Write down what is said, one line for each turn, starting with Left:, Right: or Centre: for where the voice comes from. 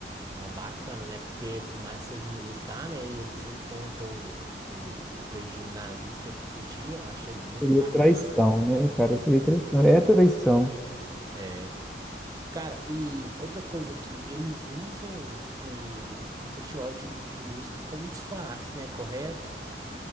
Right: Não, bacana, né? Porque por mais que seja um militar, né, e ele ser contra o, o, o regime nazista, ele fugir, eu achei muito
Centre: Seria
Right: bacana.
Centre: traição, né, cara?
Right: Uhum,
Centre: Seria traição. É traição.
Right: é. Cara, e outra coisa que eles usam o, o festival de, de música como disfarce, né? Correto?